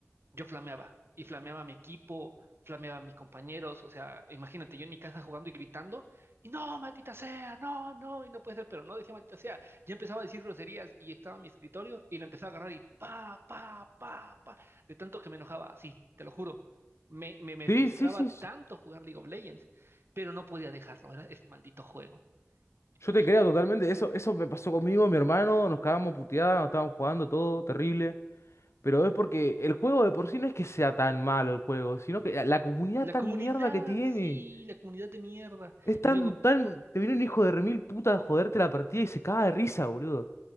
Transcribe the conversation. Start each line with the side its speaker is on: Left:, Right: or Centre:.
Right: yo flameaba y flameaba a mi equipo, flameaba a mis compañeros, o sea, imagínate, yo en mi casa jugando y gritando, y no, maldita sea, no, no, y no puede ser, pero no decía maldita sea, ya empezaba a decir groserías y estaba en mi escritorio y lo empezaba a agarrar y pa, pa, pa, pa, de tanto que me enojaba, así, te lo juro. Me, me, me
Left: Sí,
Right: frustraba
Left: sí, sí,
Right: tanto
Left: s-
Right: jugar League of Legends, pero no podía dejarlo, era ese maldito juego.
Left: yo
Right: Y
Left: te creo totalmente, eso, eso me pasó conmigo, mi hermano, nos cagábamos puteadas, nos estábamos jugando todo, terrible. Pero es porque el juego de por sí no es que sea tan malo el juego, sino que la la comunidad
Right: la
Left: tan
Right: comunidad,
Left: mierda que tiene.
Right: sí, la comunidad de mierda.
Left: Es
Right: Y
Left: tan,
Right: luego,
Left: tan. Te viene un hijo de remil puta a joderte la partida y se caga de risa, boludo.